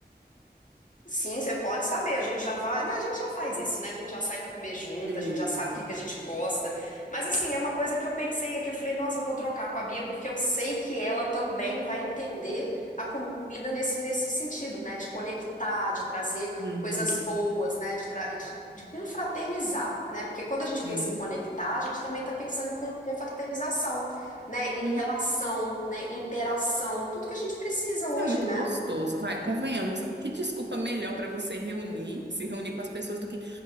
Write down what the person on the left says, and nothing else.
Sim, você pode saber, a gente já vai, né, a gente já faz isso, né? A gente já sai para comer junto,
a gente já sabe o que que a gente gosta. Mas assim, é uma coisa que eu pensei aqui, eu falei, nossa, eu vou trocar com a Bia porque eu sei que ela também vai entender a comida nesse nesse sentido, né, de conectar, de trazer
coisas boas, né, de tra- de, de confraternizar, né? Porque quando a gente
pensa em conectar, a gente também está pensando em con- confraternização, né, em
relação, né, interação, tudo que a gente precisa hoje,
né?